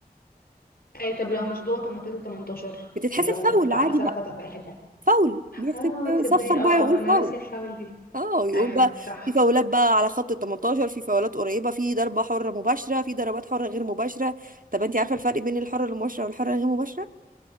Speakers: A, on the left; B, on the right.
A: اي طب لو مش جوه طب ما تقولي 18
B: بتتحسب
A: لو
B: فاول
A: اتخ-
B: عادي
A: حصل
B: بقى
A: خطأ في اي حتة
B: فاول بيحسب
A: اه تصدقي
B: صفر
A: اه
B: بقى يقول
A: اه انا
B: فاول
A: ناسية الفاول دي
B: اه يقول
A: ايوه
B: بقى
A: صح
B: في فاولات بقى على خط ال 18 في فاولات قريبة في ضربة حرة مباشرة في ضربات حرة غير مباشرة طب انت عارفة الفرق بين الحرة المباشرة والحرة الغير مباشرة